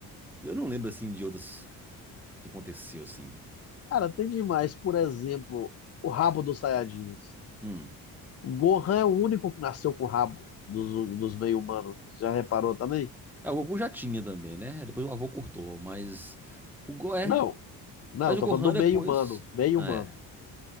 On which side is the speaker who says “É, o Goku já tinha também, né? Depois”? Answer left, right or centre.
Centre